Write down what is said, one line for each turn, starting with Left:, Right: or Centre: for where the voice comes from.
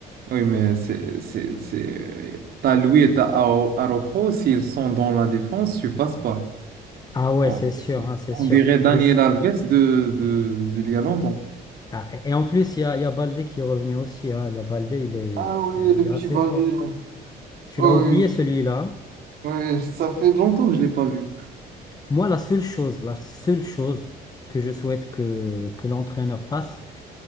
Right: Oui, mais c'est, c'est, c'est... euh, T'as Louis et t'as Aro- Araujo, s'ils sont dans la défense, tu passes pas.
Left: Ah ouais,
Right: On,
Left: c'est sûr, hein, c'est
Right: on
Left: sûr.
Right: dirait Daniel
Left: Le, s-
Right: Alves de, de, de il y a longtemps.
Left: ah, et et en plus, il y a, il y a Baldé qui est revenu aussi. Hein. Le Baldé, il est,
Right: Ah oui,
Left: il est, il
Right: le
Left: est
Right: petit
Left: assez
Right: bandit,
Left: fort.
Right: là.
Left: Tu
Right: Oui,
Left: l'as oublié celui-là. hein.
Right: oui, ça fait longtemps que je ne l'ai pas vu.
Left: Moi, la seule chose, la seule chose que je souhaite que, que l'entraîneur fasse,